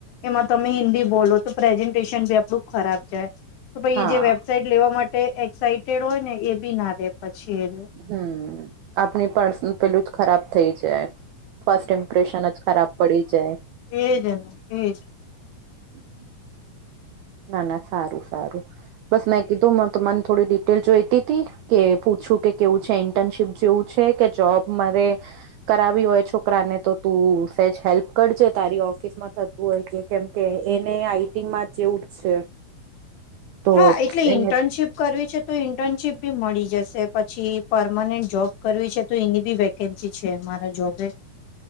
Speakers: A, on the left; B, on the right.
A: એમાં તમે હિન્દી બોલો તો પ્રેઝન્ટેશન ભી આપડું ખરાબ જાય. તો પાઈ
B: હા
A: એ જે વેબસાાઈટ લેવા માટે એક્સાઈટેડ હોય ને એ બી ના રે પછી એ.
B: હમ, આપણી પર્સન પેલું જ ખરાબ થઇ જાય. ફર્સ્ટ ઇમ્પ્રેશન જ ખરાબ પડી જાય.
A: એજન એજ.
B: હમ. ના ના સારું સારું, બસ મેં કીધું તમારી થોડી ડિટેલ જોઈતી હતી. કે પૂછું કે કેવું છે ઇન્ટર્નશીપ જેવું છે કે જોબ મારે. કરાવી હોય છોકરા ને તો તું તેજ હેલ્પ કરજે તારી ઓફિસમાં થતું હોય કે કેમ કે એને આઈટિંગમાં જેવું અ છે. તો
A: હા એટલે ઇન્ટર્નશીપ
B: એને
A: કરવી છે. તો ઇન્ટર્નશીપ બી મળી જશે પછી પરમનન્ટ જોબ કરવી છે તો એની બી વ કેમથી છે મારા જોબે.